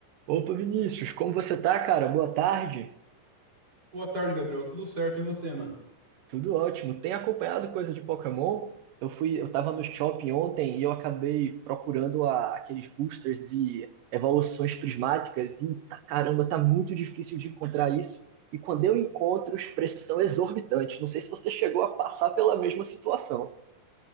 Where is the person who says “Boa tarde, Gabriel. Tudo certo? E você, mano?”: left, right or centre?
Right